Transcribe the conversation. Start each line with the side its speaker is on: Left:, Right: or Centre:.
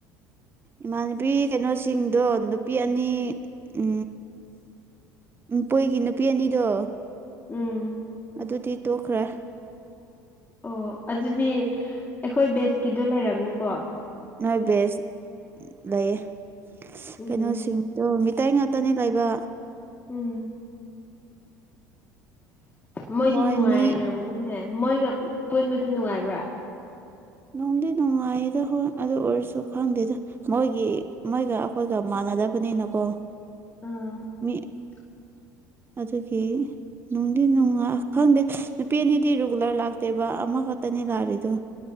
Right: ꯏꯃꯥꯟꯅꯕꯤ ꯀꯩꯅꯣꯁꯤꯡꯗꯣ ꯅꯨꯄꯤ ꯑꯅꯤ ꯎ ꯎꯝ ꯀꯣꯏꯒꯤ ꯅꯨꯄꯤ ꯑꯅꯤꯗꯣ
Left: ꯎꯝ
Right: ꯑꯗꯨꯗꯤ ꯇꯣꯛꯈ꯭ꯔꯦ
Left: ꯑꯣ ꯑꯗꯨꯗꯤ ꯑꯩꯈꯣꯏ ꯕꯦꯁꯀꯤꯗꯣ ꯂꯩꯔꯝꯅꯤꯀꯣ
Right: ꯅꯣꯏ ꯕꯦꯁ ꯂꯩꯌꯦ
Left: ꯎꯝ
Right: ꯀꯩꯅꯣꯁꯤꯡꯗꯣ ꯃꯤꯇꯩ ꯉꯥꯛꯇꯅꯤ ꯂꯩꯕ
Left: ꯎꯝ ꯃꯣꯏꯗꯤ
Right: ꯃꯣꯏ
Left: ꯅꯨꯡꯉꯥꯏꯔꯃꯨꯅꯤꯅꯦ
Right: ꯃꯤ
Left: ꯃꯣꯏꯒ ꯄꯨꯟꯕꯗ ꯅꯨꯡꯉꯥꯏꯕ꯭ꯔꯥ
Right: ꯅꯨꯡꯗꯤ ꯅꯨꯡꯉꯥꯏꯗ ꯍꯣꯏ ꯑꯗꯨ ꯑꯣꯏꯔꯁꯨ ꯈꯪꯗꯦꯗ ꯃꯣꯏꯒꯤ ꯃꯣꯏꯒ ꯑꯩꯈꯣꯏꯒ ꯗ ꯅꯀꯣ
Left: ꯑꯥ
Right: ꯃꯤ
Left: <unintelligible>
Right: ꯑꯗꯨꯒꯤ ꯅꯨꯡꯗꯤ ꯅꯨꯡꯉꯥ ꯈꯪꯗꯦ ꯅꯨꯄꯤ ꯑꯅꯤꯗꯤ ꯔꯤꯒꯨꯂꯔ ꯂꯥꯛꯇꯦꯕ ꯑꯃꯈꯛ ꯇꯅꯤ ꯀꯥꯔꯤꯗꯨ